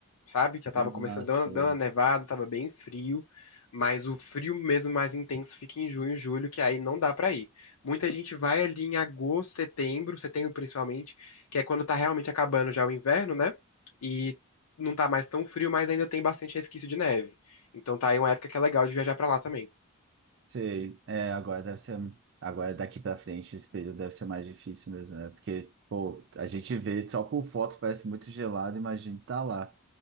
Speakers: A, on the left; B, on the right.
A: sabe? Já tava
B: Ah,
A: começando dando,
B: sei.
A: dando a nevada, tava bem frio, mas o frio mesmo mais intenso fica em junho, julho, que aí não dá pra ir. Muita gente vai ali em agosto, setembro, setembro principalmente, que é quando tá realmente acabando já o inverno, né? E não tá mais tão frio, mas ainda tem bastante resquício de neve. Então tá aí uma época que é legal de viajar pra lá também.
B: Sei. É, agora deve ser. Agora daqui pra frente, esse período deve ser mais difícil mesmo, né? Porque, pô, a gente vê só por foto, parece muito gelado, imagina tá lá.